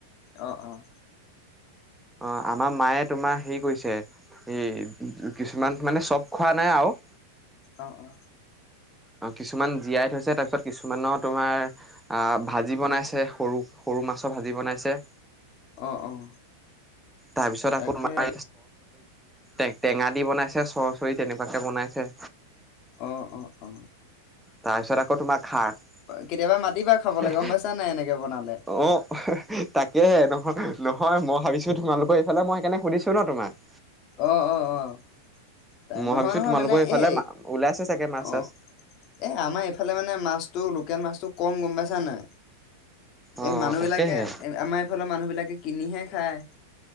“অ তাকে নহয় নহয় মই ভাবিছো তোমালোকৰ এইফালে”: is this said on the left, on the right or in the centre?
Centre